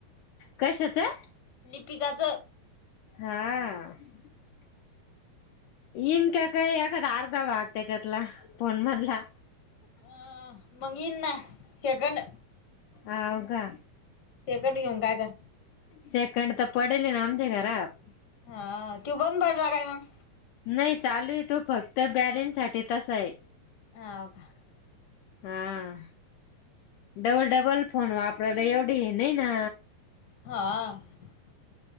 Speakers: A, on the left; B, on the left.
A: कशाचं
B: लिपिकाचं
A: हा इन का काही एखादा अर्धा भाग त्याच्यातला फोन मधला
B: अह मंगी ना सेगंड
A: आवघा
B: शेकड घेऊन काय कर
A: सेकंड तर पडेल ना आमच्या घरात
B: हा ती बंद पडला काय मग
A: नाही चालू आहे तू फक्त बॅलेन्स साठी तस आहे
B: ह हो का
A: हा. डबल डबल फोन वापरायला एवढी नाही ना
B: हा